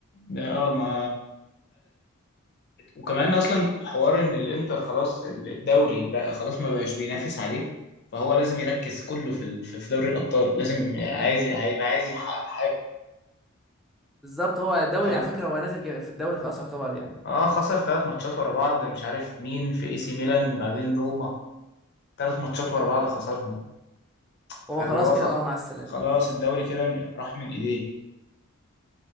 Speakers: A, on the left; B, in the centre.
A: ده اه ما وكمان اصلا حوار ان الانتر خلاص ال- الدوري بقى خلاص ما بقاش بينافس عليه فهو لازم يركز كله في ال- في في دوري الابطال لازم عايز هيبقى عايز يحقق حاجه
B: بالظبط هو الدوري
A: ف
B: على فكره هو نازل جا- في الدوري خلاص يعتبر يعني
A: اه خسر ثلاث ماتشات ورا بعض مش عارف مين في اي سي ميلان بعدين روما ثلاث ماتشات ورا بعض خسرهم فاللي
B: هو خلاص
A: هو
B: كده
A: خ...
B: اه مع السلامه
A: خلاص الدوري كده م- راح من ايديه